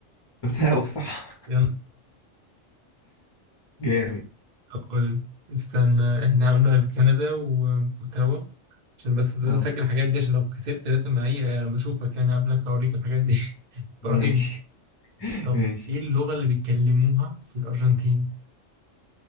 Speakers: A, on the left; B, on the right.
A: اوتاوا صح
B: يلا
A: <laughs> جامد
B: طب قول استنى احنا قلنا كندا و- واوتاوا عشان بس لازم
A: اه
B: اسجل الحاجات دي عشان لو كسبت لازم ايه يعني لما اشوفك يعني قبلك اوريك الحاجات دي <laughs>
A: ماشي
B: براهين
A: <laughs>
B: طب
A: ماشي
B: ايه اللغة اللي بيتكلموها في الارجنتين